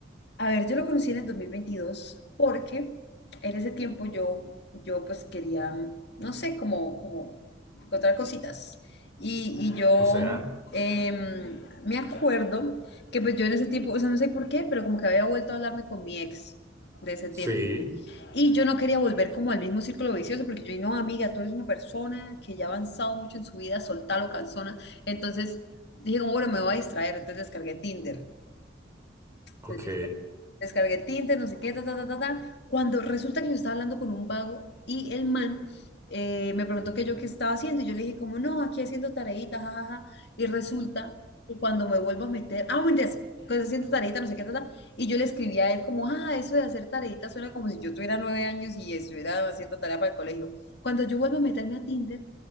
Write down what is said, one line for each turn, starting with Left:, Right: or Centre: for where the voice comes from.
Left: A ver, yo lo conocí en el 2022 porque en ese tiempo yo, yo pues quería, no sé, como, como encontrar cositas. Y, y yo
Right: o sea,
Left: em, me acuerdo que pues yo en ese tiempo, o sea, no sé por qué, pero como que había vuelto a hablarme con mi ex de ese tiempo.
Right: sí,
Left: Y yo no quería volver como al mismo círculo vicioso porque yo, dije no, amiga, tú eres una persona que ya ha avanzado mucho en su vida, soltalo, canzona. Entonces dije como, bueno, me voy a distraer, entonces descargué Tinder.
Right: ok.
Left: Entonces, listo descargué Tinder, no sé qué, ta, ta, ta, ta, ta. Cuando resulta que yo estaba hablando con un vago y el man eh, me preguntó que yo qué estaba haciendo y yo le dije como, no, aquí haciendo tareitas, jajaja. Y resulta que cuando me vuelvo a meter, ah, bueno, entonces, cuando haciendo tareitas, no sé qué, ta, ta, y yo le escribí a él como, ah, eso de hacer tareitas suena como si yo tuviera nueve años y estuviera haciendo tarea para el colegio. Cuando yo vuelvo a meterme a Tinder,